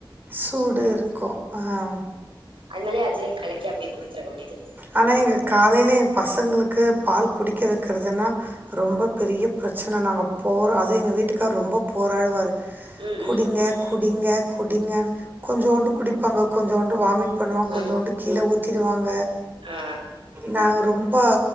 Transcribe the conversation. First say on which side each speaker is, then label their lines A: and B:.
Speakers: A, on the right; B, on the right.
A: சூடு இருக்கு ஆஹ்
B: அண்ணாலே அதுலயே கலக்கி அப்டி குடுதர வேண்டியது
A: ஆனா, எங்க காலையில என் பசங்களுக்கு பால் குடிக்க வைக்கிறதுன்னா ரொம்ப பெரிய பிரச்சன நாங்க போற அது எங்கள் வீட்டுக்கார ரொம்ப போராடுவாரு
B: ம்,
A: குடிங்க
B: ம்,
A: குடிங்க கு ங்க கொஞ்சோண்டு குடிப்பாங் கொஞ்சோண்டு வாமிட் பண்ணுவோ கொஞ்சோண்டு
B: ம்.
A: கீழ ஊத்திடுவாங்க
B: ஆ,
A: நாங்கள் ரொம்ப